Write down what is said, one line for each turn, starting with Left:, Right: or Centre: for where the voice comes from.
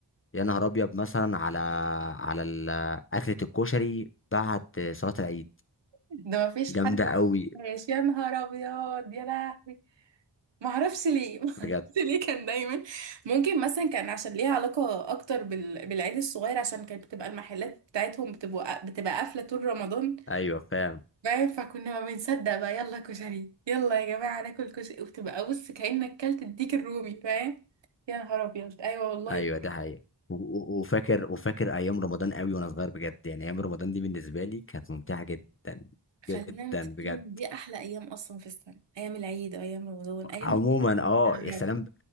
Left: يا نهار ابيض مثلا على على ال- اكله الكشري بعد صلاه العيد
Right: ده ما فيش
Left: جامده
Right: حد
Left: قوي
Right: ماشي. يا نهار ابيض يا لهوي ما اعرفش ليه <laughs> ما اعرفش
Left: بجد
Right: ليه كان دايما ممكن مثلا كان عشان ليها علاقه اكتر بال... بالعيد الصغير عشان كانت بتبقى المحلات بتاعتهم بتبقى بتبقى قافله طول رمضان
Left: ايوه فاهم
Right: فاهم فكنا ما بنصدق بقى يلا كشري يلا يا جماعه ناكل كشري وبتبقى بص كانك كلت الديك الرومي فاهم يا نهار ابيض ايوه والله
Left: ايوه ده حقيقي و- و- وفاكر وفاكر ايام رمضان قوي وانا صغير بجد يعني ايام رمضان دي بالنسبه لي كانت ممتعه جدا
Right: خلينا
Left: جدا
Right: متفقين
Left: بجد
Right: ان دي احلى ايام اصلا في السنه ايام العيد وايام رمضان ايام
Left: عموما اه يا
Right: بجد
Left: سلام